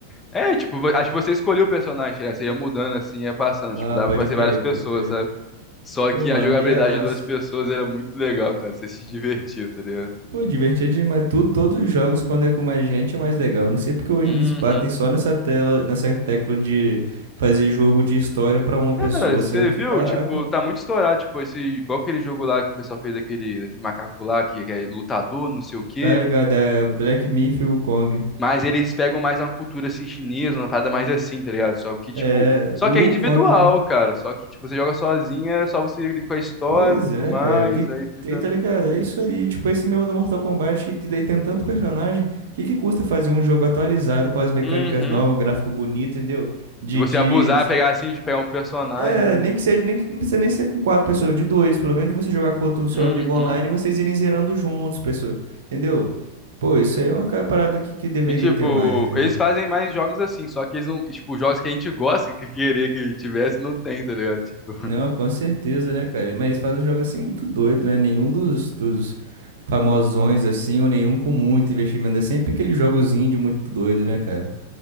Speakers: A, on the left (about 20°); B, on the right (about 60°).
A: É, tipo, vo- acho que você escolheu o personagem, né? Você ia mudando, assim, ia passando.
B: Ah,
A: Tipo, dava
B: pode
A: pra ser
B: crer,
A: várias pessoas,
B: pode crer.
A: sabe? Só
B: Pô,
A: que
B: maneiraço.
A: a jogabilidade de duas pessoas era muito legal, cara. Você se divertia, tá ligado?
B: Pô, divertido demais. Tudo, todos os jogos, quando é com mais gente, é mais legal. Eu Não sei porque hoje
A: Uhum.
B: eles batem só nessa tela, nessa tecla de fazer jogo de história pra uma
A: Cara,
B: pessoa,
A: você
B: sendo que,
A: viu?
B: caraca,
A: Tipo, tá muito estourado, tipo, esse, igual aquele jogo lá que o pessoal fez daquele, daquele macaco lá, que, que é lutador, não sei o quê.
B: tá ligado? É Black Myth e Wukong.
A: Mas eles pegam mais uma cultura, assim, chinesa, uma parada mais assim, tá ligado? Só que, tipo,
B: É, do
A: só que
B: Wukong,
A: é individual,
B: né?
A: cara. Só que, tipo, você joga sozinho, é só você ir com a história,
B: Pois é,
A: tudo mais,
B: cara. Que,
A: aí fica...
B: tem, tá ligado? É isso aí. Tipo, esse meu do Mortal Kombat, que daí tem tanto personagem. Que que custa fazer um jogo atualizado com as mecânicas
A: Uhum,
B: novas, um gráfico bonito, entendeu? De,
A: E você
B: de
A: abusar, pegar assim, de pegar um personagem,
B: É,
A: né?
B: nem que seja, nem que não precisa nem ser com quatro pessoas, de dois, pelo menos de você jogar com o seu
A: uhum.
B: amigo online e vocês irem zerando juntos, pessoa, entendeu? Pô, isso aí é uma ca- parada que, que deveria
A: E, tipo,
B: ter mais, entendeu?
A: eles fazem mais jogos assim, só que eles não... Tipo, jogos que a gente gosta, que queria que tivesse, não tem, tá ligado? Tipo...
B: Não, com certeza, né, cara? Mas eles fazem um jogo assim muito doido, né? Nenhum dos, dos famosões assim, ou nenhum com muito investimento. É sempre aquele jogozinho de muito doido, né, cara?